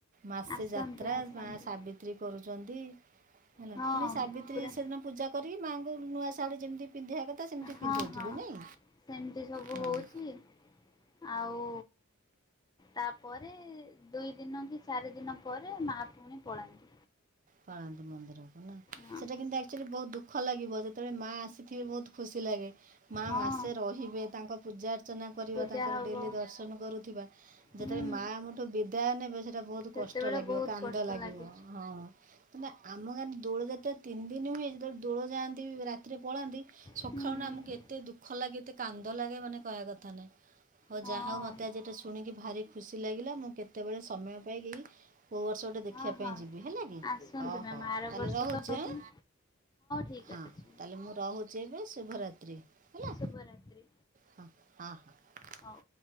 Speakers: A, on the right; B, on the left.
A: ମାସେ
B: ଆସନ୍ତୁ
A: ଯାତ୍ରା
B: ଆସନ୍ତୁ
A: ମା ସାବିତ୍ରୀ କରୁଛନ୍ତି ହେଲା
B: ହଁ
A: ପୁଣି ସାବିତ୍ରୀ।
B: ପୁରା
A: ସେଦିନ ପୂଜା କରି ମାଆଙ୍କୁ ନୂଆ ଶାଢ଼ୀ ଯେମିତି ପିନ୍ଧିବା କଥା ସେମିତି
B: ହଁ
A: ପିନ୍ଧଉଥିବେ
B: ହଁ
A: ନାଇଁ
B: ସେମିତି ସବୁ
A: ହଁ
B: ହଉଛି। ଆଉ। ତାପରେ ଦୁଇ ଦିନ କି ଚାରି ଦିନ ପରେ ମାଆ ପୁଣି ପଳାନ୍ତି।
A: ପଳାନ୍ତି ମନ୍ଦିରକୁ ନା।
B: ହଁ
A: ସେଇଟା କିନ୍ତୁ ଆକ୍ଚୁଆଲି ବହୁତ ଦୁଃଖ ଲାଗିବ ଯେତେବେଳେ ମାଆ ଆସିଥିବେ ବହୁତ ଖୁସି ଲାଗେ। ମା
B: ହଁ
A: ମାସେ ରହିବେ ତାଙ୍କ ପୂଜା ଅର୍ଚ୍ଚନା କରିବା
B: ପୂଜା
A: ତାଙ୍କର
B: ହବ
A: ଡେଲି ଦର୍ଶନ କରୁଥିବା।
B: ହୁଁ
A: ମାଆ ଆମଠୁ ବିଦାୟ ନେବେ ସେଇଟା ବହୁତ
B: ସେତେବେଳେ
A: କଷ୍ଟ ଲାଗିବ
B: ବହୁତ
A: କାନ୍ଦ
B: କଷ୍ଟ
A: ଲାଗିବ
B: ଲାଗେ
A: ହଁ। ହେ ନା ଆମ ଗାଁରେ ଦୋଳ ଯାତ୍ରା ତିନି ଦିନ ହୁଏ ଯେତେବେଳେ ଦୋଳ ଯାଆନ୍ତି ରାତିରେ ପଳାନ୍ତି। ସଖାଳୁ
B: ହୁଁ ହୁଁ
A: ନା ଆମକୁ
B: ହୁଁ
A: ଏତେ ଦୁଃଖ ଲାଗେ ଏତେ କାନ୍ଦ ଲାଗେ ମାନେ କହିବା କଥା ନୁହେଁ। ହଉ
B: ହଁ
A: ଯାହା ହଉ ମୋତେ ଆଜି ଏଇଟା ଶୁଣିକି ଭାରି ଖୁସି ଲାଗିଲା ମୁଁ କେତେବେଳେ ସମୟ ପାଇକି। କୋଉ ବର୍ଷ ଗୋଟେ ଦେଖବା
B: ହଁ
A: ପାଇଁ
B: ହଁ
A: ଯିବି ହେଲା ଗି
B: ଆସନ୍ତୁ
A: ହ
B: ମ୍ୟାମ୍
A: ହଉ
B: ଆର
A: ତାହଲେ
B: ବର୍ଷ
A: ରହୁଛି
B: ତ ହବନି
A: ଆଁ।
B: ଠିକ୍
A: ହଁ
B: ଅଛି
A: ତାହେଲେ ମୁଁ ରହୁଛି ଏବେ ଶୁଭରାତ୍ରି ହେଲା।
B: ଶୁଭରାତ୍ରି।
A: ହ ହଁ ହଁ।
B: ହଉ।